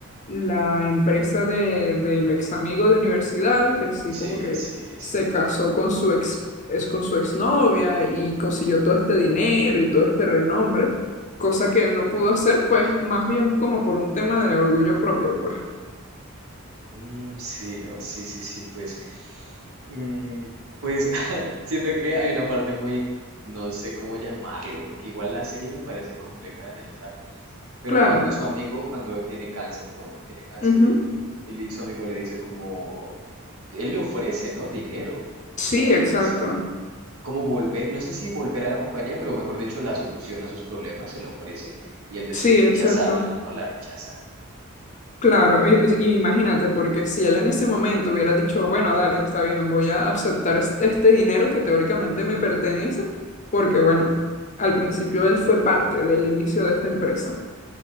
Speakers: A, on the left; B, on the right.
A: la empresa de, del ex amigo de universidad, que sí,
B: Sí,
A: como que
B: sí, sí.
A: se casó con su ex, es con su exnovia y consiguió todo este dinero y todo este renombre, cosa que él no pudo hacer, pues más bien como por un tema de orgullo propio, pues.
B: Mm, sí, ¿no? Sí, sí, sí, pues, mm, pues <laughs> siento que hay una parte muy, no sé cómo llamarlo, porque igual la serie me parece compleja de analizar, pero
A: Claro.
B: cuando su amigo, cuando tiene cáncer, ¿no? Tiene cáncer
A: ujú.
B: y, y le- y su amigo le dice como, él le ofrece, ¿no? Dinero,
A: Sí,
B: le ofrece
A: exacto.
B: como volver, no sé si volver a la compañía, pero mejor dicho, la solución a sus problemas se la ofrece y él decide
A: Sí,
B: rechazarla,
A: exacto.
B: ¿no? La rechaza.
A: Claro, y- y imagínate, porque si él en ese momento hubiera dicho, bueno, dale, está bien, voy a aceptar este, este dinero que teóricamente me pertenece, porque bueno, al principio él fue parte del inicio de esta empresa.